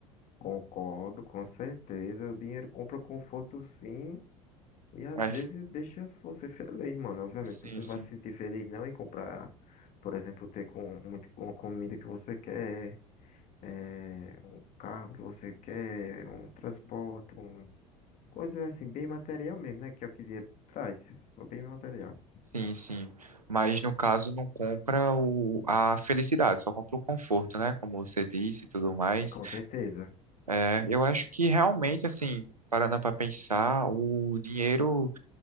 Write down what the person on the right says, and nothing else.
Mas,
sim,
sim.
Sim, sim. Mas no caso não compra o, a felicidade, só compra o conforto, né? Como você disse e tudo mais.
É, eu acho que realmente, assim, parando para pensar, o dinheiro.